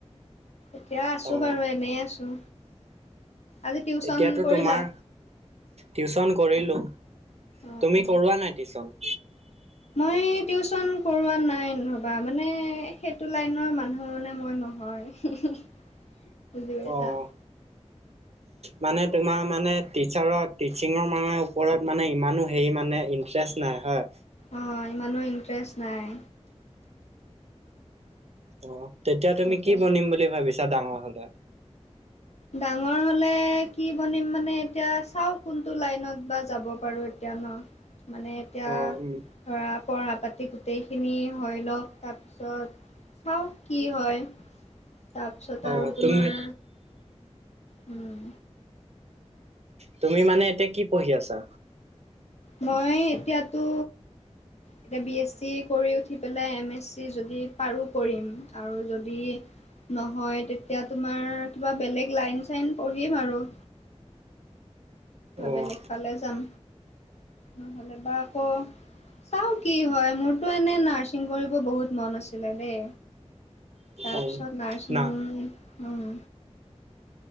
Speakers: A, on the left; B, on the right.
A: এতিয়া আছো
B: অ'
A: বাৰু এনেই আছো। আজি টিউচন
B: এতিয়াতো
A: কৰিলা?
B: তোমাৰ টিউচন কৰিলো।
A: অ
B: তুমি
A: অ
B: কৰোৱা নাই টিউচন?
A: মই টিউচন কৰোৱা নাই ৰ'বা মানে, সেইটো লাইনৰ মানুহ মানে মই নহয়। বুজি পাইছা?
B: অ' মানে তোমাৰ মানে টিচাৰত টিচিঙৰ মানে ওপৰত মানে ইমানো হেৰি মানে ইণ্টাৰেষ্ট নাই হয়?
A: অঁ ইমানো ইণ্টাৰেষ্ট নাই।
B: অ' তেতিয়া তুমি
A: সেইটোৱে
B: কি বনিম বুলি ভাবিছা ডাঙৰ হ'লে?
A: ডাঙৰ হলে কি বনিম মানে এতিয়া চাও কোনটো লাইনত বা যাব পাৰো এতিয়া ন। মানে এতিয়া
B: অ' উম।
A: ধৰা পঢ়া পাতি গোটেইখিনি হয় লওক তাৰপিছত চাওঁ কি হয়, তাৰপিছত
B: অ'
A: আৰু তোমাৰ
B: তুমি
A: উম।
B: তুমি মানে এতিয়া কি পঢ়ি আছা?
A: মই এতিয়াতো এতিয়া বি এছ চি কৰি উঠি পেলাই এম এছ চি যদি পাৰো কৰিম আৰু যদি নহয় তেতিয়া তোমাৰ কিবা বেলেগ লাইন চাইন পঢ়িম আৰু।
B: অ'
A: বেলেগ ফালে যাম নহ'লে বা আকৌ চাওঁ কি হয় মোৰতো এনে নাৰ্ছিং কৰিব বহুত মন আছিলে দেই তাৰপিছত
B: অ'
A: নাৰ্ছিং
B: না
A: উম